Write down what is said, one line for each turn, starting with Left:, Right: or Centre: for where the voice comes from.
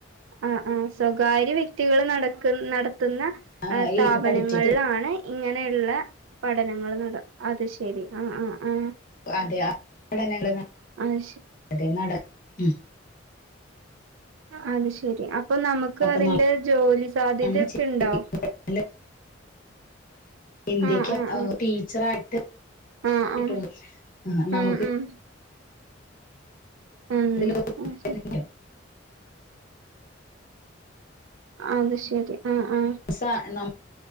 Right: ആ ആ സ്വകാര്യ വ്യക്തികൾ നടക്കു നടക്കു കുന്ന
Left: ആ,
Right: സ്ഥാപനങ്ങളിലാണ്
Left: ഈ പഠിച്ചിട്ട്
Right: ഇങ്ങനെ ഉള്ള പഠനങ്ങൾ നട അത് ശരി ആ ആ ആ
Left: അതെ ആ പടനങ്ങൾ
Right: അത്
Left: അതെ നട ഉം
Right: അ അത് ശരി അപ്പൊ നമുക്ക്
Left: അപ്പൊ
Right: അതിന്റെ ജോലി സാധ്യതൊക്കെ
Left: നല്ലതാണ്
Right: ഉണ്ടോ
Left: ചെയ്യുന്നത്. ഇന്ത്യക്ക്
Right: ആഹ് ആഹ്
Left: ടീച്ചറായിട്ട്
Right: ആഹ് ആഹ്
Left: കിട്ടൊള്ളു
Right: ആഹ്
Left: നമുക്ക്
Right: ഉം ഉം ഉം
Left: ഇതിൽ
Right: അത് ശരി
Left: വരുന്നില്ല.
Right: അത് ശരി ആഹ് ആഹ്
Left: സ ണ്ണം